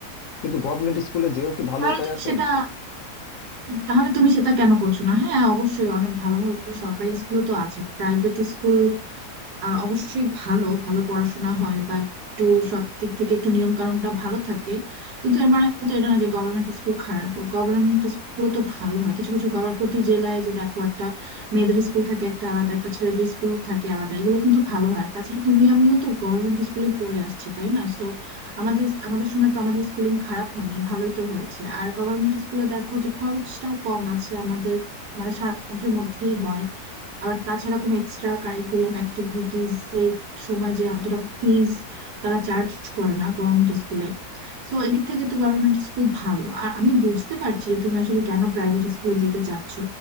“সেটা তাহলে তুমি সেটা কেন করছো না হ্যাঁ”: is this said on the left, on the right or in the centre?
Right